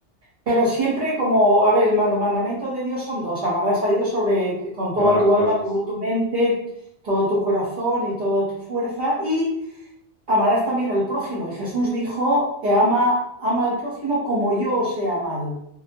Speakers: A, on the right (about 45°); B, on the right (about 30°).
A: Pero siempre como, a ver, el- los mandamientos de Dios son dos, amarás a Dios sobre, con toda
B: todas las
A: tu
B: cosas.
A: alma, tu, tu mente, todo tu corazón y toda tu fuerza, y amarás también al prójimo. Y Jesús dijo, "E ama, ama al prójimo como yo os he amado.